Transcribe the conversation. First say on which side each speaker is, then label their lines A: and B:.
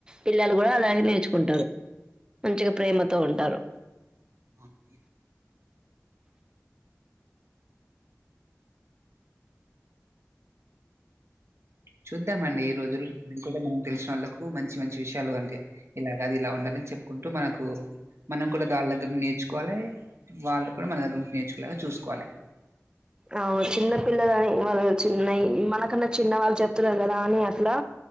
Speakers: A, on the right; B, on the right.
A: పిల్లలు కూడా అలాగే నేర్చుకుంటారు మంచిగా ప్రేమతో ఉంటారు
B: అక చూద్దామండి ఈ రోజులు అ కూడా మనం తెలిసిన వాళ్ళకు మంచి మంచి విషయాలు అంటే ఇలాగా కాదు ఇలా ఉండాలని చెప్పుకుంటూ మనకు మనం కూడా వాళ్ళ దగ్గర నేర్చుకోవాలి వాళ్ళు కూడా మన దగ్గర నుంచి నేర్చుకోనేలాగా చూసుకోవాలి
A: ఆ చిన్నపిల్లలు అని వాళ్ళు చిన్న మనకన్నా చిన్నవాళ్ళు చెప్తున్నారు కదా అని అట్లా